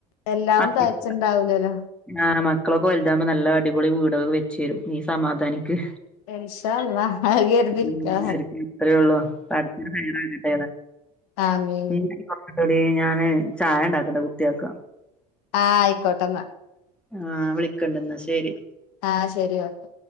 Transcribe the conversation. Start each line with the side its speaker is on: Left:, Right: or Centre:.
Left: എല്ലാം
Centre: ആഹ്
Left: തികച്ചുണ്ടാവൂലല്ലോ
Centre: പിന്നെ ആഹ് മക്കളൊക്കെ വലുതാവൂമ്പോ നല്ല അടിപൊളി വീടൊക്കെ വെച്ച് തരും നീ സമാധാനിക്ക്
Left: ഇൻഷാ അള്ളാ അത് കരുതിയിരിക്ക
Centre: <unintelligible> അത്രയേള്ളൂ പടച്ചോൻ ഹൈറാക്കട്ടെ ന്ന് <inaudible>
Left: ആമീൻ
Centre: ന്നാ വെക്കട്ടെ ടീ ഞാന് ചായ ഇണ്ടാക്കട്ടെ കുട്ടികൾക്ക്
Left: ആ ആയിക്കോട്ടെന്നാ
Centre: ആഹ് വിളിക്കണ്ട് ന്നാ ശരി
Left: ആഹ് ശരി ഒക്കെ